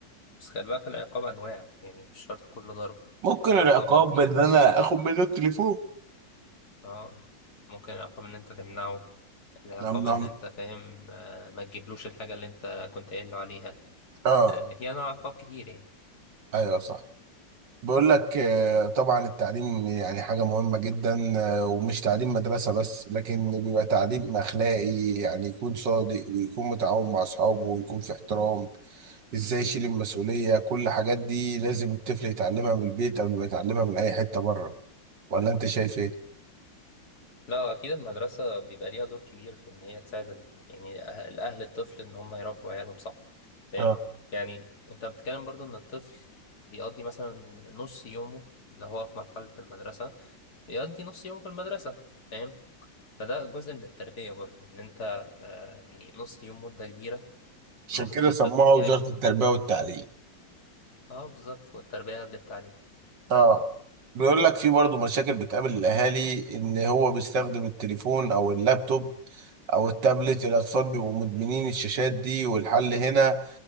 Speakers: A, on the left; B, on the right.
A: بس خلي بالك العقاب أنواع يعني مش شرط كله ضرب
B: ممكن
A: في
B: العقاب
A: عقاب ممكن
B: ان انا اخد منه التليفون
A: اه ممكن العقاب إن أنت تمنعه العقاب
B: نعم نعم
A: إن أنت فاهم آه ما تجيبلوش الحاجة اللي أنت كنت قايل له عليها
B: اه
A: آه في أنواع عقاب كتير يعني
B: ايوه صح بقول لك آه، طبعا التعليم يعني حاجة مهمة جدا آه، ومش تعليم مدرسة بس لكن بيبقى تعليم أخلاقي يعني يكون صادق ويكون متعاون مع أصحابه ويكون في احترام إزاي يشيل المسؤولية كل الحاجات دي لازم الطفل يتعلمها من البيت قبل ما يتعلمها من أي حتة بره ولا أنت شايف إيه؟
A: لا أكيد المدرسة بيبقى ليها دور كبير في إن هي تساعد ال... يعني الأه- الأهل الطفل إن هم يربوا عيالهم صح فاهم
B: اه
A: يعني أنت بتتكلم برضو إن الطفل بيقضي مثلا نص يومه اللي هو في مرحلة المدرسة بيقضي نص يومه في المدرسة فاهم فده جزء من التربية برضو إن أنت آه يعني نص يوم مدة كبيرة
B: عشان
A: المفروض
B: كده
A: الطفل
B: سموها
A: فيها
B: وزارة التربية والتعليم
A: اه بالظبط والتربية قبل التعليم
B: اه بيقول لك في برضه مشاكل بتقابل الاهالي ان هو بيستخدم التليفون او اللابتوب او التابلت الاطفال بيبقوا مدمنين الشاشات دي والحل هنا